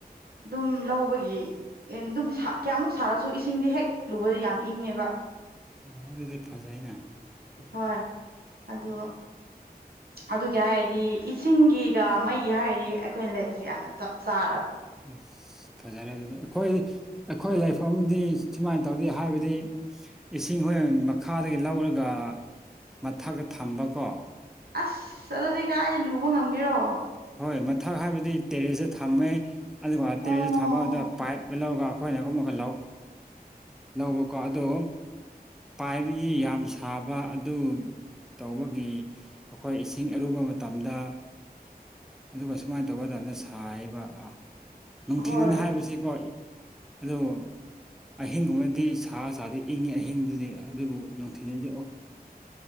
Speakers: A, on the right; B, in the centre.
A: ꯑꯗꯨꯝ ꯂꯧꯕꯒꯤ ꯑꯗꯨꯝ ꯀꯌꯥꯃꯨꯛ ꯁꯥꯔꯁꯨ ꯏꯁꯤꯡꯗꯤ ꯍꯦꯛ ꯂꯨꯕꯗꯤ ꯌꯥꯝ ꯏꯉꯦꯕ
B: ꯑꯣꯣꯏ ꯑꯗꯨꯗꯤ ꯐꯖꯩꯅꯦ
A: ꯍꯣꯏ ꯑꯗꯣ
B: <inaudible>
A: ꯑꯗꯨꯒꯤ ꯍꯥꯏꯔꯗꯤ ꯏꯁꯤꯡꯒꯤꯒ ꯃꯩꯒ ꯍꯥꯏꯔꯗꯤ ꯑꯩꯈꯣꯏꯅ ꯂꯩꯕꯕꯁꯤꯦ ꯌꯥꯝꯅ ꯆꯞ ꯆꯥꯔꯕ
B: ꯑꯁ ꯐꯖꯔꯦ ꯑꯗꯨꯗꯤ ꯑꯩꯈꯣꯏ ꯑꯩꯈꯣꯏ ꯂꯩꯐꯝꯗꯤ ꯁꯨꯃꯥꯏꯅ ꯇꯧꯗꯦ ꯍꯥꯏꯕꯗꯤ ꯏꯁꯤꯡ ꯍꯣꯏ ꯃꯈꯥꯗꯒꯤ ꯂꯧꯔꯒ ꯃꯊꯛꯇ ꯊꯝꯕꯀꯣ
A: ꯑꯁ ꯑꯗꯨꯗꯤ ꯀꯥꯏꯗ ꯂꯨꯕ ꯉꯝꯒꯦꯔꯣ
B: ꯍꯣꯏ ꯃꯊꯛ ꯍꯥꯏꯕꯗꯤ ꯇꯦꯔꯦꯁꯇ ꯊꯝꯃꯦ ꯑꯗꯨꯒ ꯇꯦꯔꯦꯁꯇ
A: ꯑꯣ
B: ꯊꯝꯃ ꯑꯗꯨꯗ ꯄꯥꯏꯞꯇ ꯂꯧꯔꯒ ꯑꯩꯈꯣꯏꯅ ꯑꯗꯨꯨꯝꯕꯒ ꯂꯧꯕꯀꯣ ꯑꯗꯣ ꯄꯥꯏꯕꯒꯤ ꯌꯥꯝ ꯁꯥꯕ ꯑꯗꯨ ꯇꯧꯕꯒꯤ ꯑꯩꯈꯣꯏ ꯏꯁꯤꯡ ꯑꯔꯨꯕ ꯃꯇꯝꯗ ꯑꯗꯨꯒ ꯁꯨꯃꯥꯏꯅ ꯇꯧꯕ ꯇꯅ ꯁꯥꯔꯤꯕ ꯅꯨꯡꯊꯤꯜꯅ
A: ꯍꯣꯏ
B: ꯍꯥꯏꯕꯁꯤꯀꯣ ꯑꯗꯨꯗꯣ ꯑꯍꯤꯡꯒꯨꯝꯕꯗꯤ ꯁꯥ ꯆꯥꯗꯤ ꯏꯪꯉꯤ ꯑꯍꯤꯡꯗꯨꯗꯤ ꯑꯗꯨꯕꯨ ꯅꯨꯡꯊꯤꯅꯗꯤ ꯑꯣ